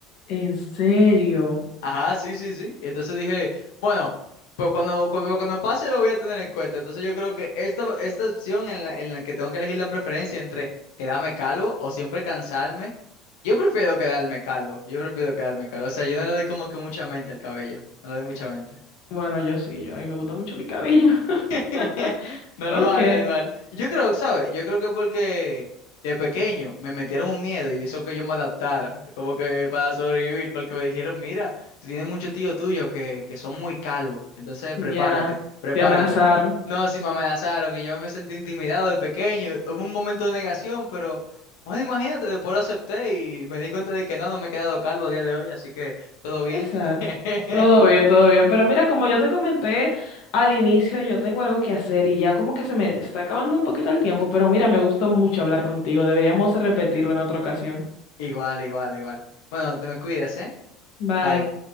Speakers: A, on the left; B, on the left.
A: ¿En serio?
B: Ajá, sí, sí, sí. Entonces dije, bueno, pues cuando, cuando, cuando pase lo voy a tener en cuenta. Entonces yo creo que esta, esta opción en la, en la que tengo que elegir la preferencia entre quedarme calvo o siempre cansarme, yo prefiero quedarme calvo. Yo prefiero quedarme calvo. O sea, yo no le doy como que mucha mente al cabello. No le doy mucha mente.
A: Bueno, yo sí, yo, a mí me gusta mucho mi cabello. <laughs>
B: <laughs> Normal,
A: Ok,
B: normal. Yo creo, ¿sabes? Yo creo que porque de pequeño me metieron un miedo y eso que yo me adaptara, como que para sobrevivir, porque me dijeron, mira, tú tienes muchos tíos tuyos que, que son muy calvos, entonces
A: ya,
B: prepárate, prepárate.
A: te amenazaron.
B: No, sí me amenazaron y yo me sentí intimidado de pequeño. Hubo un momento de negación, pero, bueno, imagínate, después lo acepté y me di cuenta de que no, no me he quedado calvo a día de hoy, así que todo bien.
A: Exacto.
B: <laughs>
A: Todo bien, todo bien. Pero mira, como yo te comenté al inicio, yo tengo algo que hacer y ya como que se me está acabando un poquito el tiempo, pero mira, me gustó mucho hablar contigo. Deberíamos repetirlo en otra ocasión.
B: Igual, igual, igual. Bueno, te me cuidas, ¿eh?
A: Bye.
B: Bye.